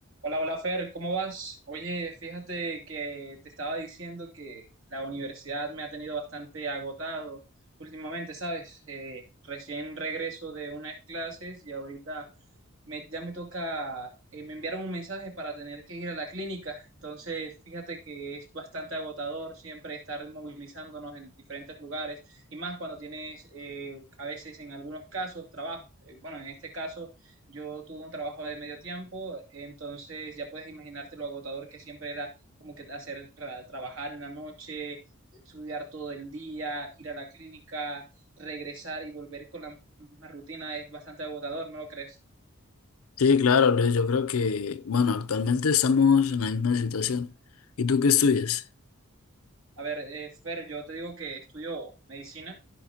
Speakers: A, on the right; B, on the left.
A: Hola, hola Fer, ¿cómo vas? Oye, fíjate que te estaba diciendo que la universidad me ha tenido bastante agotado últimamente, ¿sabes? Eh, recién regreso de unas clases y ahorita me- ya me toca, eh, me enviaron un mensaje para tener que ir a la clínica, entonces fíjate que es bastante agotador siempre estar movilizándonos en diferentes lugares y más cuando tienes eh, a veces en algunos casos trabajo. Eh, bueno, en este caso yo tuve un trabajo de medio tiempo, entonces ya puedes imaginarte lo agotador que siempre era como que hacer tra- trabajar en la noche, estudiar todo el día, ir a la clínica, regresar y volver con la misma rutina es bastante agotador, ¿no lo crees?
B: Sí, claro, Luis, yo creo que, bueno, actualmente estamos en la misma situación. ¿Y tú qué estudias?
A: A ver, eh, Fer, yo te digo que estudio medicina.